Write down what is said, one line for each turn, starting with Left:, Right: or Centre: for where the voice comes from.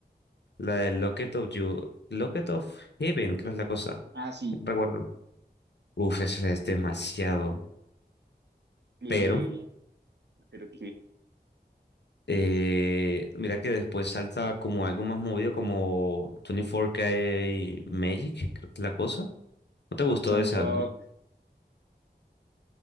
Left: La de Locket of You, Locket of Heaven creo es la cosa,
Right: Ah, sí,
Left: no recuerdo. Uf, eso es demasiado.
Right: eh,
Left: Pero,
Right: pero que
Left: eh, mira que después salta como algo más movido como 24K Magic, creo que es la cosa. ¿No te gustó
Right: Uptown
Left: de ese
Right: Funk.
Left: álbum?